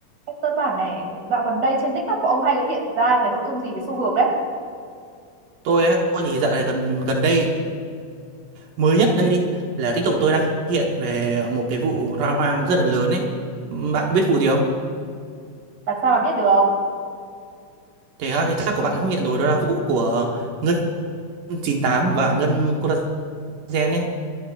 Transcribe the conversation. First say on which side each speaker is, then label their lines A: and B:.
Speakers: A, on the right (about 30°); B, on the right (about 75°).
A: Cái cơ bản này dạo gần đây trên TikTok của ông hay là hiện ra cái nội dung gì về xu hướng đấy
B: tôi á tôi thì dạo này gần gần đây mới nhất đây đi là TikTok của tôi đang hiện về một cái vụ drama rất là lớn ấy bạn có biết vụ gì không
A: làm sao mà biết được
B: thế á, thì chắc của bạn không hiện rồi đó là vụ của Ngân 98 và Ngân Collagen ấy